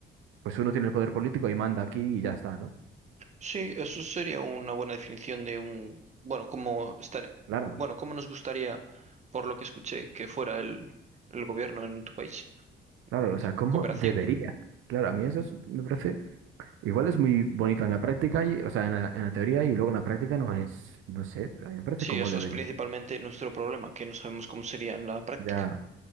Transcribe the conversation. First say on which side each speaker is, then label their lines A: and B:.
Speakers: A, on the right; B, on the right.
A: pues uno tiene el poder político y manda aquí y ya está, ¿no?
B: Sí, eso sería una buena definición de un, bueno, cómo estar,
A: Claro,
B: bueno, cómo nos gustaría, por lo que escuché, que fuera el, el gobierno en tu país.
A: claro,
B: Mm,
A: o sea, ¿cómo
B: Cooperación.
A: debería? Claro, a mí eso es- me parece, igual es muy bonito en la práctica, y, o sea, en la, en la teoría y luego en la práctica no es, no sé, pero a mí me parece
B: Sí,
A: cómo
B: eso
A: debería
B: es principalmente
A: serlo.
B: nuestro problema, que no sabemos cómo sería en la práctica.
A: Ya,